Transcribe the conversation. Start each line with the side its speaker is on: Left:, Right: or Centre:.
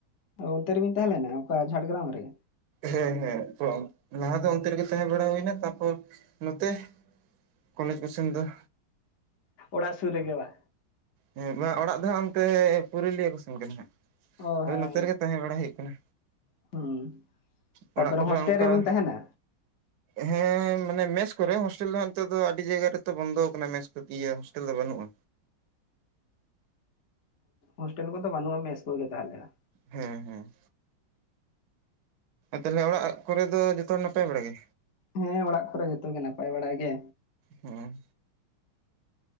Left: ᱚᱱᱛᱮ ᱨᱮᱵᱤᱱ ᱛᱟᱦᱮᱸ ᱞᱮᱱᱟ ᱚᱠᱟ ᱡᱷᱟᱲᱜᱨᱟᱢ ᱨᱮ
Right: ᱦᱮᱸ ᱦᱮᱸ ᱞᱟᱦᱟ ᱫᱚ ᱚᱱᱛᱮ ᱨᱮᱜᱮ ᱛᱟᱦᱮᱸ ᱵᱟᱲᱟ ᱦᱩᱭᱱᱟ ᱛᱟᱯᱚᱨ ᱱᱚᱛᱮ ᱠᱚᱞᱮᱡᱽ ᱠᱚᱥᱮᱱ ᱫᱚ
Left: ᱚᱲᱟᱜ ᱥᱩᱨ ᱨᱮᱜᱮ ᱵᱟ
Right: ᱦᱮᱸ ᱵᱟ ᱚᱲᱟᱜ ᱫᱚ ᱦᱟᱸ ᱚᱱᱛᱮ ᱯᱩᱨᱩᱞᱤᱭᱟᱹ ᱠᱚ ᱥᱮᱱ ᱠᱟᱱᱟ ᱦᱟᱸᱜ
Left: ᱚ
Right: ᱟᱫᱚ
Left: ᱦᱮᱸ
Right: ᱱᱚᱛᱮ ᱨᱮᱜᱮ ᱛᱟᱦᱮᱸ ᱵᱟᱲᱟ ᱦᱩᱭᱩᱜ ᱠᱟᱱᱟ
Left: ᱦᱩᱸ ᱛᱟᱨᱯᱚᱨᱮ
Right: ᱚᱲᱟᱜ ᱠᱚᱫᱚ
Left: ᱦᱳᱥᱴᱮᱞ
Right: ᱚᱱᱠᱟ
Left: ᱨᱮᱵᱤᱱ ᱛᱟᱦᱮᱱᱟ
Right: ᱦᱮᱸ ᱢᱟᱱᱮ ᱢᱮᱥ ᱠᱚᱨᱮ ᱦᱳᱥᱴᱮᱞ ᱫᱚ ᱦᱟᱜ ᱱᱤᱛᱚᱜ ᱫᱚ ᱟᱹᱰᱤ ᱡᱟᱭᱜᱟ ᱨᱮᱛᱚ ᱵᱚᱱᱫᱚ ᱠᱟᱱᱟ ᱢᱮᱥᱤᱭᱟᱹ ᱦᱳᱥᱴᱮᱞ ᱫᱚ ᱵᱟᱹᱱᱩᱜᱼᱟ
Left: ᱦᱳᱥᱴᱮᱞ ᱠᱚᱫᱚ ᱵᱟᱹᱱᱩᱜ ᱟ ᱢᱮᱥ ᱠᱚ ᱜᱮ ᱛᱟᱦᱚᱞᱮ ᱦᱟ
Right: ᱦᱮᱸ ᱦᱮᱸ ᱛᱟᱦᱚᱞᱮ ᱚᱲᱟᱜ ᱠᱚᱨᱮ ᱫᱚ ᱡᱚᱛᱚ ᱱᱟᱯᱟᱭ ᱵᱟᱲᱟ ᱜᱮ
Left: ᱦᱮᱸ ᱚᱲᱟᱜ ᱠᱚᱨᱮ ᱡᱚᱛᱚ ᱜᱮ ᱱᱟᱯᱟᱭ ᱵᱟᱲᱟ ᱜᱮ
Right: ᱦᱩᱸ